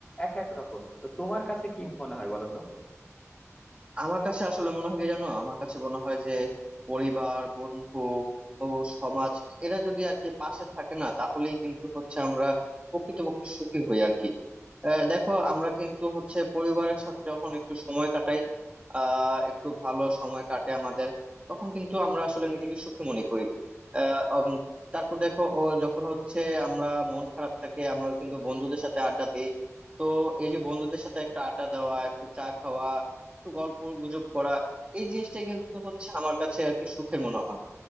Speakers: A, on the left; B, on the right.
A: এক এক রকম তো তোমার কাছে কি মনে হয় বলো তো
B: আমার কাছে আসলে মনে হয় কি জানো আমার কাছে মনে হয় যে পরিবার বন্ধু ও সমাজ এরা যদি আর কি পাশে থাকে না তাহলেই কিন্তু হচ্ছে আমরা প্রকৃতপক্ষে সুখী হই আর কি আহ, দেখো আমরা কিন্তু হচ্ছে পরিবারের সাথে যখন একটু সময় কাটাই আহ একটু ভালো সময় কাটে আমাদের তখন কিন্তু আমরা আসলে নিজেকে সুখী মনে করি আহ উম, তারপর দেখো ও যখন হচ্ছে আমরা মন খারাপ থাকে আমরা কিন্তু বন্ধুদের সাথে আড্ডা দিই তো এই যে বন্ধুদের সাথে একটা আড্ডা দেওয়া একটু চা খাওয়া একটু গল্প গুজব করা এই জিনিসটাই কিন্তু হচ্ছে আমার কাছে আর কি সুখের মনে হয়